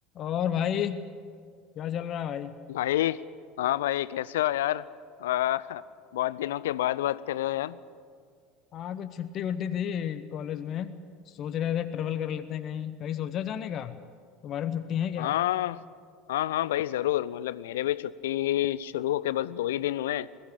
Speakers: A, on the left (about 40°); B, on the left (about 65°).
A: और भाई क्या चल रहा है भाई
B: भाई हाँ भाई कैसे हो यार आ, बहुत दिनों के बाद बात कर रहे हो यार
A: हाँ कुछ छुट्टी वुट्टी थी कॉलेज में सोच रहे थे ट्रेवल कर लेते हैं कहीं कहीं सोचा जाने का तुम्हारे में छुट्टी है क्या
B: हाँ हाँ हाँ भाई जरूर मतलब मेरे भी छुट्टी शुरू होके बस दो ही दिन हुए हैं।